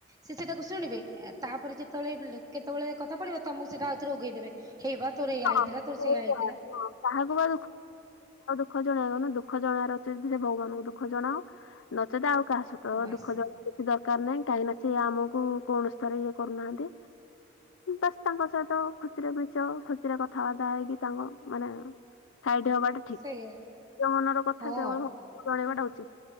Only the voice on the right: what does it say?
ସେଟାକୁ ଶୁଣିବେ ତାପରେ ଯେତେବେଳେ କେତେବେଳେ କଥା ପଡିବ ତମକୁ ସେଟା ଆଉଥରେ ଉଘେଇଦେବେ। ହେଇ ବା ତୋରେଇା
ହେଇଥିଲା ତୋର
ସେଇୟ ହେଇଥିଲା।
ବାସ୍
ସେଇଆ
ହଁ